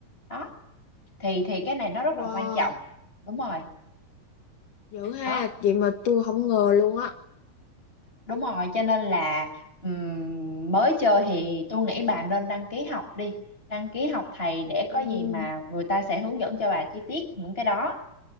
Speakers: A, on the left; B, on the left.
A: đó thì thì cái này nó rất
B: wow
A: là quan trọng đúng rồi
B: dữ ha
A: đó
B: vậy mà tôi không ngờ luôn á
A: đúng rồi cho nên là ừm, mới chơi thì tôi nghĩ bà nên đăng ký học đi đăng ký học thầy để
B: ừ.
A: có gì mà người ta sẽ hướng dẫn cho bà chi tiết những cái đó